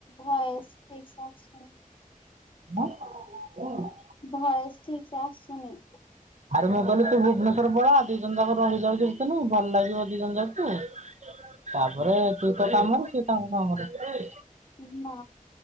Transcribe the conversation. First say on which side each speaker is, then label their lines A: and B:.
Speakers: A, on the left (about 35°); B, on the right (about 55°).
A: ଭଏସ ଠିକ ସେ ଆସୁନି।
B: ହ <inaudible>
A: ଭଏଜ୍ ଠିକ ସେ ଆସୁନି
B: ଆରେ ମୁଁ କହିଲି ତୁ ଭୁବନେଶ୍ଵର ପଳା ଦି ଜଣ ଯାକ ରହିଯାଉଛି ସେ ଦିନ ଭଲ ଲାଗିବ ଦି ଜଣ ଯାକୁ ତାପରେ ତୁ ତୋ କାମରେ କିଏ ତାଙ୍କ କାମରେ
A: ନା